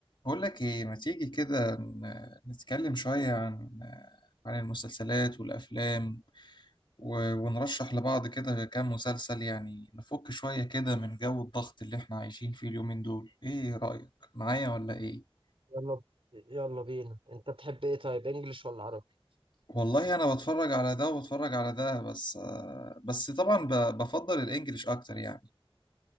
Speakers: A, on the left; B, on the right.
A: بقول لك ايه ما تيجي كده ن- نتكلم شوية عن عن المسلسلات والأفلام و- ونرشح لبعض كده كام مسلسل يعني نفك شوية كده من جو الضغط اللي احنا عايشين فيه اليومين دول ايه رأيك معايا ولا ايه
B: يلا ب- يلا بينا انت بتحب ايه طيب انجلش ولا عربي
A: والله انا بتفرج على ده وبتفرج على ده بس آه، بس طبعا ب- بفضل الانجليش اكتر يعني